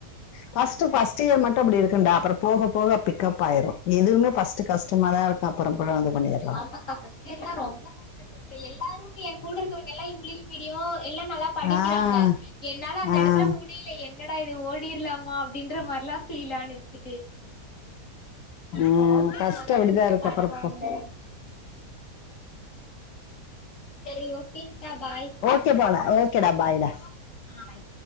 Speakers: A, on the left; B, on the left.
A: ஃபர்ஸ்ட் ஃபர்ஸ்ட் இயர் மட்டூ அப்டி இருக்குண்டா அப்புறோ போக போக பிக் அப் ஆயிரும் எதுவுவ்மே ஃபர்ஸ்ட் கஸ்டமா தா இருக்கோ பரம்பர ‌அதப் பண்ணியா
B: ஆமாக்கா ஃபர்ஸ்ட் யர்ல ரொம்ப தா கஷ்டபடுத் இப்ப எல்லாரூம் எங் கூட இருக்கவங்க எல்லாம் இங்கிலீஷ் மீடியம் எல்லா நல்லாப் படிக்கிறாங்க
A: ஆ
B: என்னால அந்த
A: ஆ
B: எடத்துல மு டியல என்னடா இது ஓடிர்லாமா அப்படின்ற மாரில்லா ஃபீல் ஆனுச்சு
A: ஆஹ்
B: இப்ப ஓகே
A: ஃபர்ஸ்ட்
B: ஓரளவுக்கு
A: அப்படிதா இருக்கோ
B: பரவால்ல
A: அப்புறப்போ
B: செரி ஓகேங்க்கா பாய்
A: ஓகே போனா ஓகேடா பாய் டா
B: ஆய்